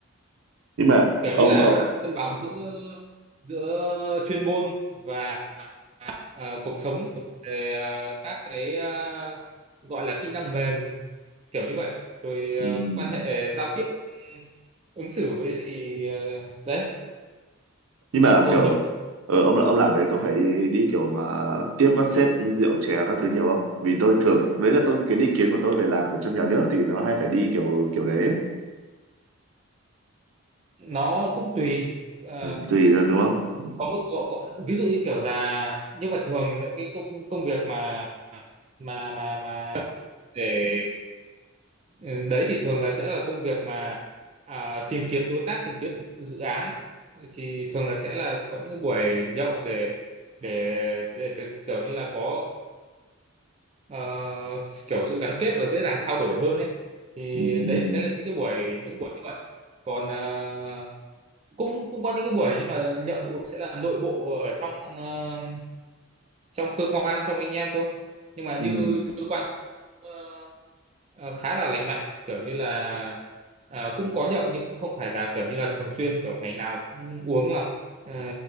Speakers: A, on the right; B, on the right.
A: nhưng mà
B: kiểu
A: ông
B: như là
A: ông
B: mà cân bằng giữa giữa chuyên môn và ờ, cuộc sống về ờ, các cái ờ, gọi là kỹ năng mềm kiểu như vậy rồi ờ,
A: ừ.
B: quan hệ giao tiếp ứng xử với lại ờ, đấy
A: nhưng mà
B: nó cũng gồm
A: kiểu
B: nhiều
A: ờ, ông ông làm đấy có phải đi đi kiểu mà tiếp các sếp rượu chè các thứ nhiều không vì tôi thường đấy là tôi cái định kiến của tôi về làm ở trong nhà nước thì nó hay phải đi kiểu kiểu đấy ấy.
B: nó cũng tùy Ờ,
A: Ờ, tùy thôi, đúng không ừ,
B: có một có, có, ví dụ như kiểu là nhưng mà thường là cái công công việc mà mà mà mà để Ừ, đấy thì thường là sẽ là công việc mà à, tìm kiếm đối tác tìm kiếm dự dự án thì thường là sẽ là có những cái buổi nhậu để để để từ- kiểu như là có ờ, kiểu sự gắn kết và dễ dàng trao đổi hơn ấy thì
A: ừ, ừ.
B: đấy đấy là những cái buổi những buổi như vậy còn à, cũng cũng có những cái buổi nhưng mà nhậu sẽ là nội bộ ở trong ờ, trong cơ quan trong anh em thôi nhưng mà
A: ừ.
B: như ờ, ờ, khá là lành mạnh kiểu như là ờ, cũng có nhậu nhưng cũng không phải là kiểu như là thường xuyên kiểu ngày nào cũng uống lắm Ờ,